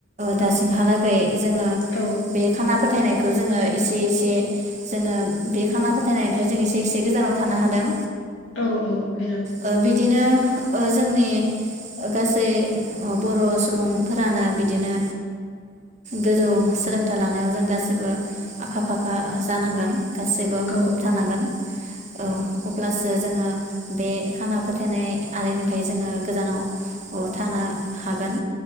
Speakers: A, on the right; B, on the left.
A: दासिमहा
B: औ
A: लागै जोङो
B: औ
A: बे फोथायनायखौ जोङो एसे एसे जोङो बे खाना फोथाय नायनिफ्राय जों एसे एसे गोजानाव थानो हादों।
B: औ औ हेल'
A: ओ बिदिनो जोंनि गासै बर' सुबुंफोरानो बिदिनो गोजौ सोलोंथाइ लानायाव जों गाससिबो आखा फाखा जानांगोन गासैबो मुखुब
B: औ
A: थानांगोन अब्लासो जोङो बे खाना फोथायनाय आरिनिफ्राय जोङो गोजानाव थानो हागोन